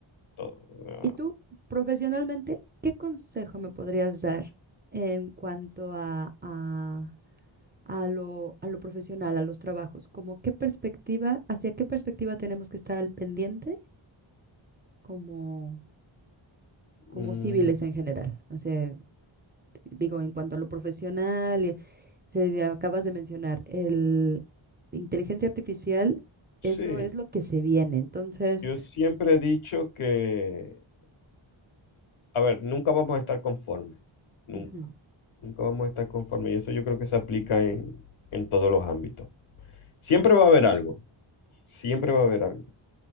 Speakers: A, on the left (about 75°); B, on the right (about 20°).
A: todo. o sea,
B: y tú, profesionalmente, ¿qué consejo me podrías dar en cuanto a, a, a lo, a lo profesional, a los trabajos? Como qué perspectiva, hacia qué perspectiva tenemos que estar al pendiente como como
A: mm,
B: civiles en general. O sea, digo, en cuanto a lo profesional, y- se- ya acabas de mencionar, el inteligencia artificial,
A: sí,
B: eso es lo que se viene. Entonces,
A: yo siempre he dicho que, a ver, nunca vamos a estar conformes, nunca
B: ujú,
A: Nunca vamos a estar conformes. Y eso yo creo que se aplica en, en todos los ámbitos. Siempre va a haber algo, siempre va a haber algo.